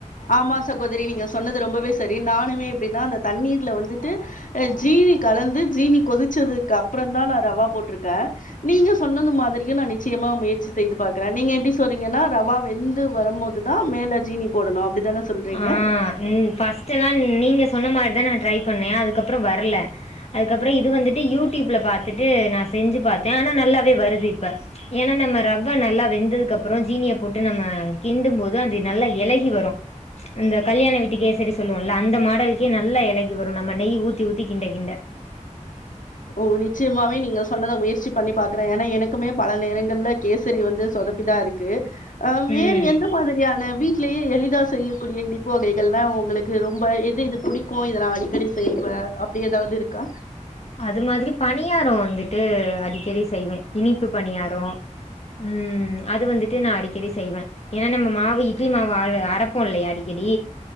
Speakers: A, on the left; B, on the left.
A: ஆமா சகோதரி நீங்க சொன்னது ரொம்பவே சரி நானுமே எப்டின அந்த தண்ணீர்ல வந்துடு அ ஜீனீ கலந்து ஜீனி கொதிச்சதுக்கு அப்புறம் தா நா ரவா போட்டிருக்கே நீங்க சொன்னது மாதிரிய நான் நிச்சயமா முயற்சி செய்து பாக்றே நீங்க எப்டி சொல்றீங்கன்னா ரவா வெந் து வரும்போதுதா மேல ஜீனி போடணு அப்டித்தான சொல்றீங்க
B: ஆஹ் ம் பஸ்ட்டூ எல்லா நீங்க சொன்ன மாரி தா நா ட்ரை பண்ணே அதுக்கப்புற வரலை அதுக்கப்புற இது வந்துட்டு யூடியூப்பில் பாத்துட்டு நான் செஞ்சு பாத்தே ஆனா நல்லாவே வருது இப்போ ஏன்னா நம்ம ரவ்வை நல்லா வெந்ததுக்கப்புறம் ஜீனியை போட்டு நம்ம கிண்டும் போதும அது நல்லா எலகி வரு அந்த கல்யாண வீட்டுக் கேசரி சொல்லுவோம்ல அந்த மாடலுக்கே நல்லா எலகி வரு நம்ம நெய் ஊத்தி ஊத்தி கிண்ட கிண்ட
A: ஓ நிச்சயமாவே நீங்க சொன்னதை முயற்சி பண்ணி பாக்குறே ஏன்னா எனக்குமே பல நேரங்கள்ல கேசரி வந்து சொதப்பிதான் இருக்கு ஆஹ் வேறு
B: ம்
A: எந்த மாதிரியான வீட்லேயே எளிதா செய்யக்கூடிய இனிப்பு வகைகள்லா உங்களுக்கு ரொம்ப எது இது புடிக்கு இதெல்லா அடிக்கடி செய்வே அப்டி ஏதாவது இருக்கா
B: அது மாதிரி பணியாரோ வந்துட்டு அடிக்கடி செய்வே இனிப்பு பணியாரோ ம் அது வந்துட்டு நா அடிக்கடி செய்வே என்னா நம்ம மாவ இட்லி மாவு அல்லு அரைப்போ இல்லையா அடிக்கடி